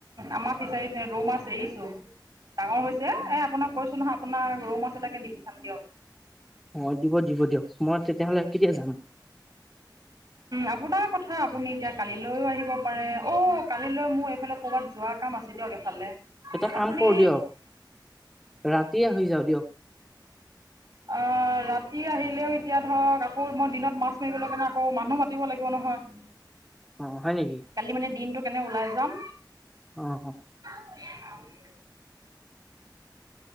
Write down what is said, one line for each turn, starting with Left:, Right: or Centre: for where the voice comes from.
Right: আমাৰ ফিচাৰিত ৰৌ মাছ এৰিছো। ডাঙৰ হৈছে এ আপোনাক কৈছো নহয় আপোনাৰ ৰৌ মাছ এটাকে দি পঠাম দিয়ক।
Centre: অ দিব দিব দিয়ক। মই তেতিয়াহলে কেতিয়া যাম?
Right: আপোনাৰ কথা আপুনি এতিয়া কালিলৈও আহিব পাৰে অ কালিলৈ মোৰ এইফালে ক'ৰবাত যোৱা কাম আছে দিয়ক এফালে।
Centre: এটা কাম
Right: আপুনি
Centre: কৰো দিয়ক ৰাতিয়ে হৈ যাওঁ দিয়ক
Right: অ ৰাতি আহিলেও এতিয়া ধৰক আকৌ মই দিনত মাছ মাৰিব লগা না আকৌ মানুহ মাতিব লাগিব নহয়।
Centre: অ হয় নেকি?
Right: কালি মানে দিনটো কেনে ওলাই যাম।
Centre: অহ অহ।
Right: <inaudible>